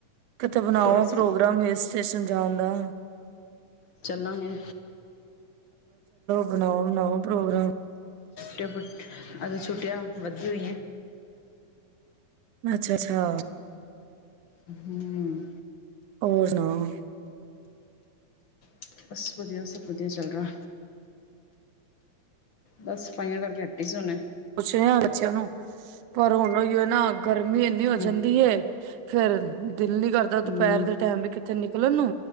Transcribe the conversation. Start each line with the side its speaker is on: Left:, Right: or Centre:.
Right: ਤੇ ਬਣਾਓ
Left: ਬਸ
Right: ਪ੍ਰੋਗਰਾਮ ਹਿੱਲ ਸਟੇਸ਼ਨ ਜਾਣ ਦਾ
Left: ਚੱਲਾਂਗੇ
Right: ਬਣਾਓ ਬਣਾਓ ਪ੍ਰੋਗਰਾਮ
Left: ਛੁਟ ਪੁਟ ਅਜ ਛੁੱਟੀਆਂ ਵੱਧਦੀ ਹੋਈਆਂ
Right: ਅੱਛਾ ਅੱਛਾ
Left: ਹਮ
Right: ਹੋਰ ਸੁਣਾਓ।
Left: ਹ ਬਸ ਵਧੀਆ, ਸਭ ਵਧੀਆ ਚੱਲ ਰਿਹਾ। ਬਸ ਸਫਾਈਆਂ ਕਰਕੇ ਅੱਟੇ ਸੋਨ
Right: ਪੁੱਛ ਰਿਯਾ ਬੱਚਿਆਂ ਨੂੰ, ਪਰ ਹੁਣ ਨਾ ਅ ਗਰਮੀ ਇੰਨੀ ਹੋ
Left: ਹੂੰ
Right: ਜਾਂਦੀ ਏ। ਫੇਰ ਦਿਲ ਨੀ ਕਰਦਾ
Left: ਹੂੰ
Right: ਦੁਪਹਿਰ ਦੇ ਟਾਈਮ ਵੀ ਕਿੱਥੇ ਨ ਲ ਨੂੰ